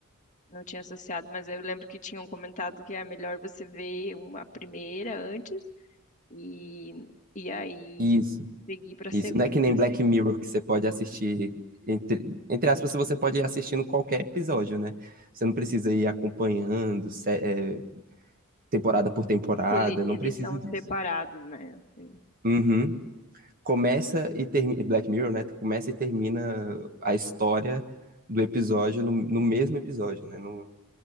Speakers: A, on the left; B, on the right.
A: não tinha associado, mas eu lembro que tinham comentado que é melhor você ver uma primeira antes E, e aí
B: Isso.
A: segui para
B: Isso,
A: segunda.
B: não é que nem Black Mirror que você pode assistir, entre, entre aspas, você pode ir assistindo qualquer episódio, né? Você não precisa ir acompanhando, sé- é, temporada por temporada,
A: Ele,
B: não
A: eles
B: precisa
A: são
B: disso.
A: separados, né? assim.
B: Uhum. Começa e termina, Black Mirror, né? Começa e termina a história do episódio no, no mesmo episódio, né? Não,